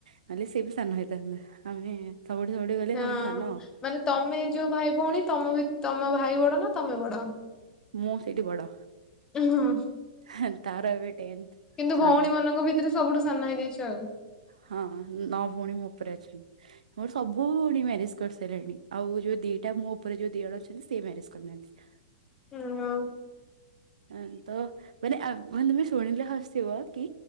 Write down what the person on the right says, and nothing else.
ନହେଲେ ସିଏ ବି ସାନ ହେଇଥାନ୍ତା ଆମେ ସବୁଠି ସବୁଠି ଗଲେ
ସବୁ ସାନ।
ମୁଁ ସେଇଠି ବଡ।
ହାଁ ତାର ଏବେ ଟେନ୍ଥ।
ସଇଲା
ହଁ ନଅ ଭଉଣୀ ମୋ ଉପରେ ଅଛନ୍ତି ମୋର ସବୁ ଭଉଣୀ ମ୍ୟାରେଜ୍ କରସାରିଲେଣି। ଆଉ ଯୋଉ ଦିଟା ମୋ ଉପରେ ଯୋଉ ଦିଇ ଜଣ ଅଛନ୍ତି ସେଇ ମ୍ୟାରେଜ୍ କରିନାହାନ୍ତି।
ଆଁ ତ ମାନେ ଆ ମାନେ ତମେ ଶୁଣିଲେ ହସିବ କି।